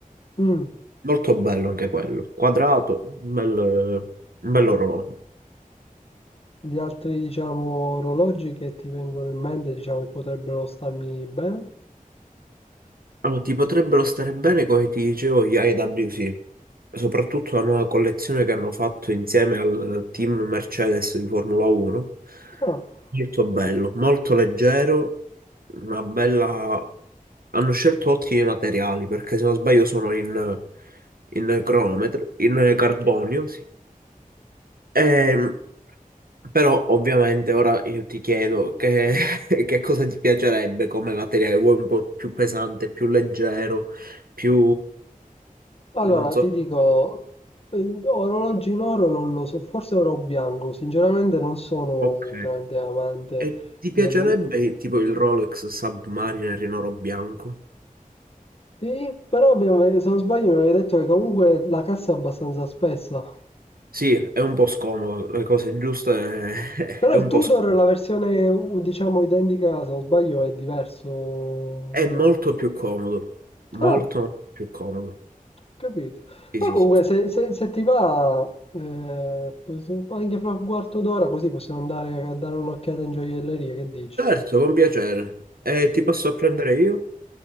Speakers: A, on the left (about 40°); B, on the right (about 85°).
A: Mm.
B: Molto bello anche quello. Quadrato, un bel, un bell'orologio.
A: Gli altri, diciamo, orologi che ti vengono in mente, diciamo, che potrebbero starmi bene?
B: Allora, ti potrebbero stare bene, come ti dicevo, gli IWC, soprattutto la nuova collezione che hanno fatto insieme al team Mercedes di Formula 1.
A: Ah.
B: Molto bello, molto leggero, una bella... Hanno scelto ottimi materiali, perché se non sbaglio sono in, in cronometro, in carbonio, sì. Ehm, però ovviamente ora io ti chiedo che, <laughs> che cosa ti piacerebbe come materiale, vuoi un po' più pesante, più leggero, più...
A: Allora,
B: non so,
A: ti dico, eh, orologi in oro non lo so, forse oro bianco, sinceramente non sono
B: ok.
A: un grande amante
B: E ti
A: del...
B: piacerebbe tipo il Rolex Submariner in oro bianco?
A: Sì, però mi ave- se non sbaglio mi avevi detto che comunque la cassa è abbastanza spessa.
B: Sì, è un po' scomodo, le cose giuste <laughs> è,
A: Però
B: è
A: il
B: un
A: Tudor,
B: po' scomodo.
A: la versione u- diciamo identica, se non sbaglio, è diverso. no?
B: È molto più comodo, molto
A: Ah,
B: più comodo.
A: Capito.
B: Sì,
A: Ma
B: sì,
A: comunque,
B: sì.
A: se, se- se ti va, eh, pos- anche fra un quarto d'ora, così possiamo andare a dare un'occhiata in gioielleria. Che dici?
B: Certo, con piacere. E ti
A: Sì.
B: posso prendere io?